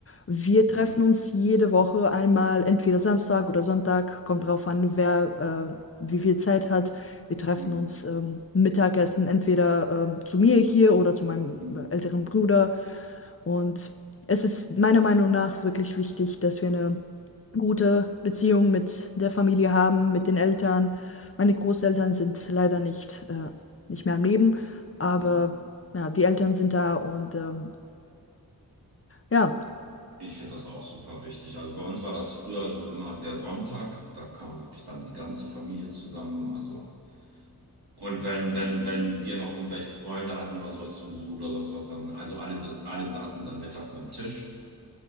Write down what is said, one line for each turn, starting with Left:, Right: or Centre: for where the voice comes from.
Left: Wir treffen
Right: mm,
Left: uns jede Woche einmal, entweder Samstag oder Sonntag, kommt drauf an, wer äh, wie viel Zeit hat. Wir treffen
Right: mm,
Left: uns ähm, Mittagessen, entweder ähm, zu mir hier oder zu meinem
Right: mm,
Left: äh, älteren Bruder. Und es ist meiner Meinung nach wirklich wichtig, dass wir eine gute Beziehung mit der Familie haben, mit den Eltern. Meine Großeltern sind leider nicht, äh, nicht mehr am Leben, aber
Right: mm.
Left: ja, die Eltern sind da und ähm, ja,
Right: Ich finde das auch super wichtig. Also bei uns war das früher so immer der Sonntag, da kam wirklich dann die ganze Familie zusammen. Also und wenn wenn wenn wir noch irgendwelche Freunde hatten oder sowas zu Besuch oder sonst was dann, also alle alle saßen dann mittags am Tisch.